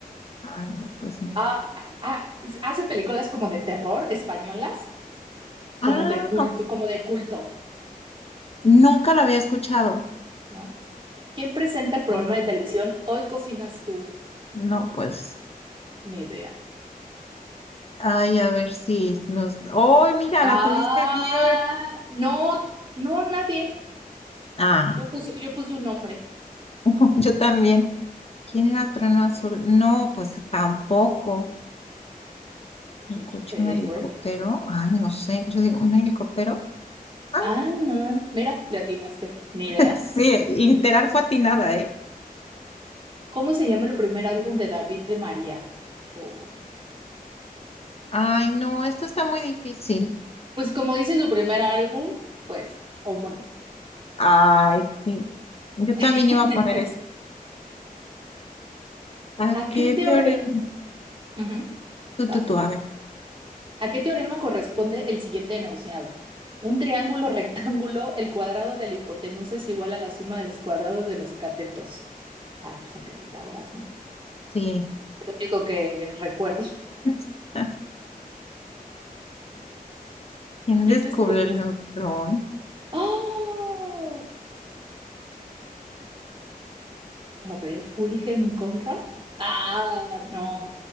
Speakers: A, on the left; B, on the right.
A: Ay, no, pues no.
B: ah, ah, hace películas como de terror españolas, como
A: Ah,
B: de culto, como de culto,
A: nunca lo había escuchado.
B: ¿no? ¿Quién presenta el programa
A: Oh,
B: de televisión Hoy cocinas tú?
A: no, pues.
B: Ni idea.
A: Ay, a ver si nos. ¡Oh, mira,
B: Ah,
A: la tuviste bien!
B: no, no, nadie.
A: Ah,
B: Yo puse, yo puse un nombre.
A: <laughs> yo también. ¿Quién era Trueno Azul? No, pues tampoco.
B: Pues
A: ¿Un
B: un
A: coche,
B: superhéroe.
A: un helicóptero? Ay, no sé. Yo digo, ¿un helicóptero? Ah,
B: Ah, mira, le atinaste. Ni
A: <laughs>
B: idea.
A: sí, literal fue atinada, ¿eh?
B: ¿Cómo se llama el primer álbum de David de María? Oh,
A: Ay, no, esto está muy difícil.
B: Pues como dice su primer álbum, pues homónimo.
A: Ay, sí. Yo también
B: <laughs>
A: iba a poner ¿A
B: ¿A
A: qué
B: qué teorema?
A: teorema?
B: Ujú,
A: Tú,
B: Vas.
A: tú, tú, a ver.
B: ¿A qué teorema corresponde el siguiente enunciado? Un triángulo <laughs> rectángulo, el cuadrado de la hipotenusa es igual a la suma de los cuadrados de los catetos. Ay, pues el de Pitágoras,
A: Sí.
B: lo único que recuerdo. <laughs>
A: <laughs> ¿Quién descubrió
B: ¿Quién descubrió?
A: el neutrón?
B: ¡Ah! A ver, Wilhelm Conrad. Ah, no.